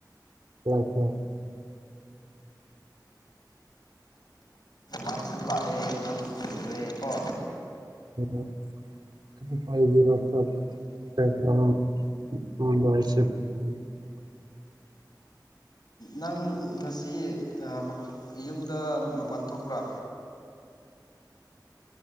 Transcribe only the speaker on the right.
ꯂꯥꯛꯀꯦ
<unintelligible> <unintelligible>